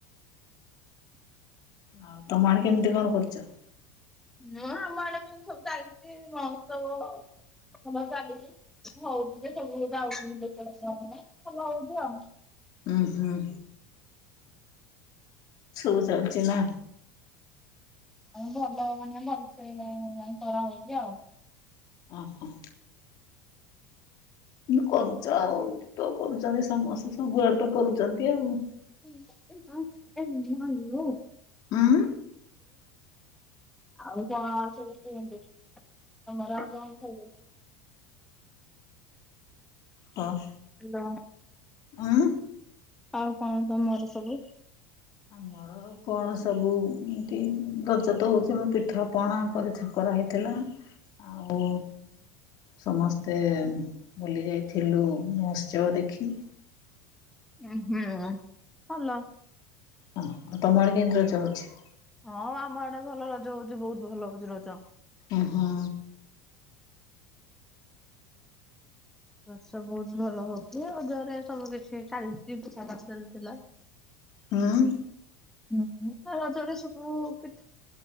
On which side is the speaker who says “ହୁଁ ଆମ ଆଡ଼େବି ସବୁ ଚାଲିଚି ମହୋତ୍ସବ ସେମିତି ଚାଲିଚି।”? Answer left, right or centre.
Centre